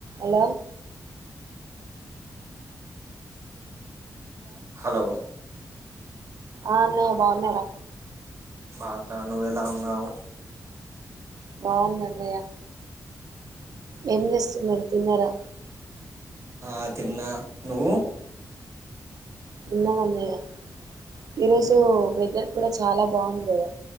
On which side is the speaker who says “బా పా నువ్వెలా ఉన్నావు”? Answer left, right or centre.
Right